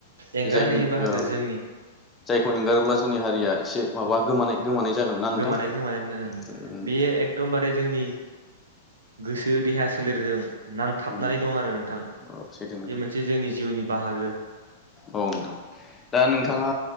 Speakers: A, on the right; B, on the left.
A: एंगार
B: जायनि
A: हायै बाहागो
B: ओ
A: जोंनि
B: जायखौ एंगारोब्ला जोंनि हारिया एसे माबा गोमानाय गोमानाय जागोन ना नोंथां
A: गोमानाय खोमानाय
B: उम
A: बेयो एखदमबारे जोंनि गोसो देहा सोलेरजों नांथाबनानै
B: उम
A: दं आरो नोंथां
B: औ सैथो नोंथां
A: बे मोनसे जोंनि जिउनि बाहागो
B: औ नोंथां दा नोंथाङा
A: औ